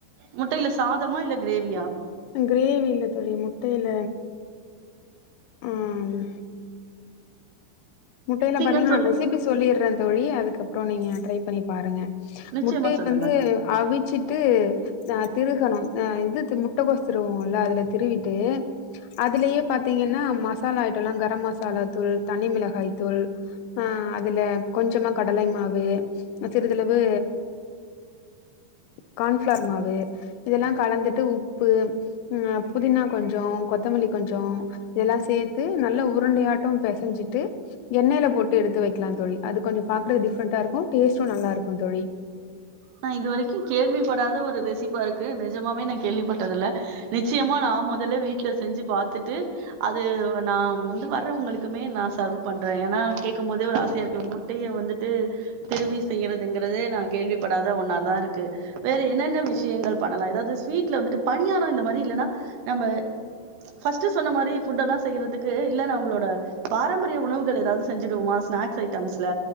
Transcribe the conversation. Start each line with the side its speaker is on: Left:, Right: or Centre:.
Right: முட்டைல சாதமா இல்ல கிரேவியா
Left: அ கிரேவி இல்ல தோழி முட்டைல ம் முட்டைல
Right: நீங்க
Left: பாத்தீங்னா
Right: சொல்லுங்க
Left: ரெசிபி சொல்லிட்றே தோழி அதுக்கப்றோ நீங்க ட்ரை பண்ணி பாருங்க
Right: நிச்சயமா
Left: முட்டைய
Right: சொல்லுங்க
Left: வந்து அவிச்சிட்டு ஆ திருகணு ஆ இதுக்கு முட்டகோஸ் திருவோம்ல அதுல திருவிட்டு அதுலயே பாத்தீங்கனா மசாலா ஐட்டலா கரம் மசாலா தூள் தனி மிளகாய் தூள் ஆ அதுல கொஞ்சமா கடலை மாவு அ சிறிதளவு கார்ன்ஃபிளார் மாவு இதெல்லா கலந்துட்டு உப்பு ம் புதினா கொஞ்சோ கொத்தமல்லி கொஞ்சோ இதெல்லா சேர்த்து நல்ல உருண்டையாட்டும் பிசஞ்சிட்டு எண்ணெய் ல போட்டு எடுத்து வைக்கலா தோழி அது கொஞ்சோ பாக்க டிஃப்ரண்டா இருக்கும் டேஸ்டும் நல்லா இருக்கும் தோழி
Right: நா இது வரைக்கு கேள்வி படாத ஒரு ரெசிப்பா இருக்கு நிஜமாவே நா கேள்விப்பட்டது இல்ல நிச்சயமா நா முதல்ல வீட்டுல செஞ்சு பாத்துட்டு அது நா வந்து வர்றவுங்களுக்குமே நா சர்வ் பண்றே ஏன்னா கேக்கும் போதே ஒரு ஆசையா இருக்கு முடி டியே வந்துட்டு திருவி செய்யறதுங்குறதே நா கேள்விப்படாத ஒன்னாதா இருக்கு வேற என்னென்ன விஷயங்கள் பண்ணலா ஏதாவது ஸ்வீட்ல வந்துட்டு பணியாரம் இந்த மாதிரி இல்லன்னா நம்ம ஃபர்ஸ்ட்டு சொன்ன மாரி ஃபுட் எல்லா செய்யறதுக்கு இல்ல நம்ளோட பாரம்பரிய உணவுகள் ஏதாவது செஞ்சுடுவோமா ஸ்நாக்ஸ் ஐட்டம்ஸ்ல